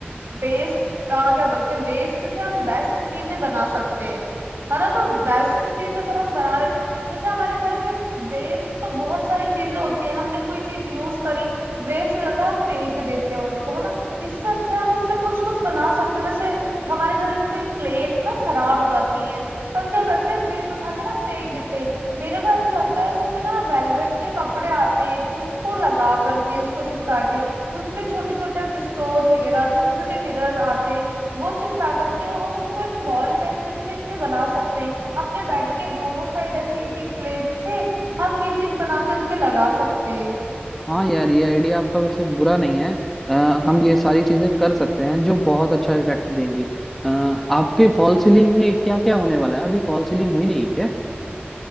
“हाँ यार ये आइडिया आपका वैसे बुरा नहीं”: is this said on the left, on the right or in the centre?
Centre